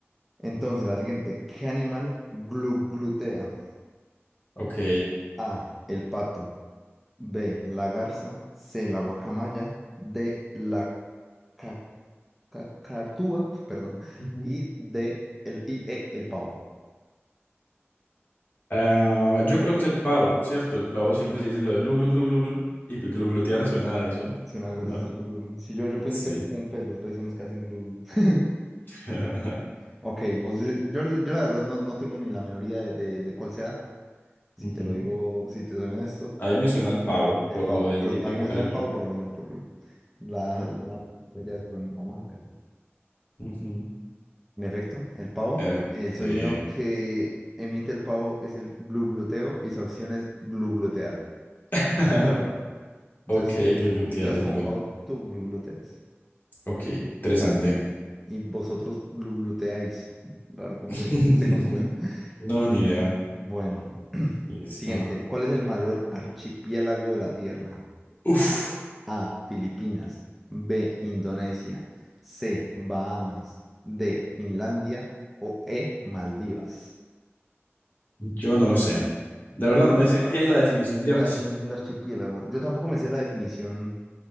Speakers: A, in the centre; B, on the left.
A: Entonces, la siguiente. ¿Qué animal glu- glutea?
B: Ok.
A: A, el pato. B, la garza. C, la guacamaya. D, la ca- cacatúa, perdón.
B: Ujú.
A: Y D, el, y E, el pavo.
B: Ah, yo creo que es el pavo, ¿cierto? El pavo siempre se dicen lo de glu glu glu glu glu. Y pues, glu glutear suena a eso.
A: Suena a
B: No.
A: hacer glu, glu. Sí, yo, yo pensé
B: Sí.
A: que era como un pez, los peces son los que hacen glu. glu. <laughs>
B: <laughs>
A: Ok, vos dices, yo, yo la verdad no, no tengo ni la menor idea de, de, de cuál será. Si
B: Ujú.
A: te lo digo, si te soy honesto,
B: Ahí me suena el pavo
A: el
B: por
A: pavo.
B: lo del
A: Pero
B: típico
A: también
B: del
A: es el
B: glu.
A: pavo por lo mismo, por la, la... ya, es- bueno, Vamos a ver.
B: Ujú.
A: En efecto, el pavo,
B: En fin,
A: el
B: qué
A: sonido
B: bien.
A: que emite el pavo es el glugluteo y su acción es gluglutear.
B: <laughs>
A: Es un verbo. Entonces,
B: Ok, gluglutear
A: si tú haces
B: es
A: como
B: el verbo.
A: pavo, tú glugluteas
B: Ok, interesante.
A: y vosotros glugluteáis. Raro cómo
B: <laughs>
A: se, se conjuga. <laughs>
B: No, ni idea.
A: Bueno, <clears throat>
B: Listo.
A: siguiente. ¿Cuál es el mayor archipiélago de la Tierra?
B: Uf,
A: A. Filipinas. B. Indonesia. C. Bahamas. D. Finlandia. O E. Maldivas.
B: yo no lo sé. La verdad
A: Empecemos
B: no me sé
A: por
B: bien
A: la
B: la definición de
A: La
B: archipiélago.
A: definición de archipiélago. Yo tampoco me sé la definición